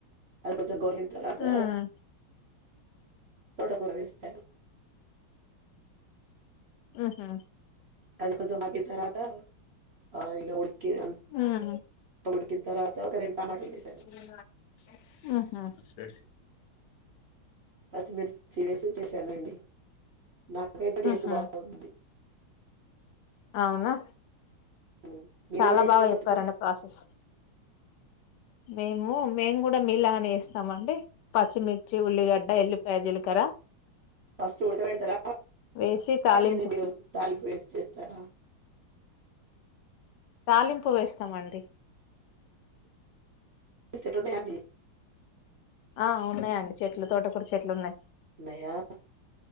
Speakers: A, on the right; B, on the left.
A: ఆది కొం ద గోలినా తర్వాత
B: ఉమ్
A: తోటకుర వేస్తను
B: ఉహు
A: అది కొంచం మగ్గిన తర్వాత ఆయిల్ ఉడుకిన్
B: ఉమ్
A: ఉడికిన తర్వాత ఒక టమాటాలు
B: ఉహు
A: వేశాను. పత్తిమిర్చి వేసి చేశానండి నాకైతే టేస్ట్
B: ఉహు
A: బాగుంది
B: అవునా
A: ఉమ్. మీరు
B: చాలా
A: ఎలా చేస్తారు
B: బాగా చెప్పారండి
A: తోటకూర
B: ప్రాసెస్ మేము మేము కూడా మీలా అనే ఏస్తామండి పచ్చిమిర్చి, ఉల్లిగడ్డ, ఎల్లిపాయ, జీలకర్ర రా
A: ఫస్ట్ ఉడక పెడతారా
B: వేసి తాలింపు
A: వొట్టిగానే మీరు తాలింపు వేసి చేస్తారా
B: తాలింపు వేస్తామండీ
A: మీకు చెట్లు ఉన్నాయ అండి
B: ఆ ఉన్నాయండి చెట్లు తోటకూర చెట్లు ఉన్నాయి
A: ఉన్నాయా